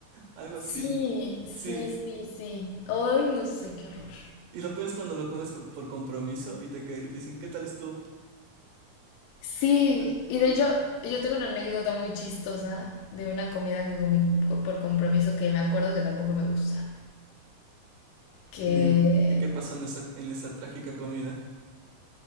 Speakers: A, on the right; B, on the left.
A: algo así.
B: Sí, sí,
A: Sí.
B: sí, sí. Ay, no sé, qué horror.
A: Y lo peor es cuando lo comes con- por compromiso y te, que- y te dicen, ¿qué tal estuvo?
B: Sí,
A: Y tú,
B: y de hecho, yo tengo una anécdota muy chistosa de una comida que comí co- por compromiso que me acuerdo que tampoco me gusta. Que,
A: "Ni- ¿qué, qué pasó en esa, en esa trágica comida?